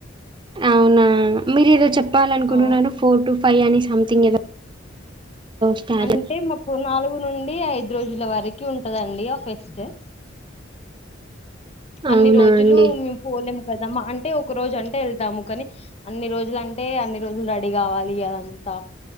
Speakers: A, on the right; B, on the left.
A: అవునా మీరు ఏదో చెప్పాలనుకున్నారు
B: ఆ
A: ఫోర్ టు ఫైవ్ అని సంథింగ్ ఏదో స్టార్
B: అంటే మాకు నాలుగు నుండి ఐదు రోజుల వరకు ఉంటదండి ఆ ఫెస్ట్ అన్ని
A: అవునా
B: రోజులు
A: అండి
B: మేం పోలేం కదమ్మా అంటే ఒక రోజు అంటే వెళ్తాము కానీ అన్ని రోజులు అంటే అన్ని రోజులు రెడీ కావాలి కదని త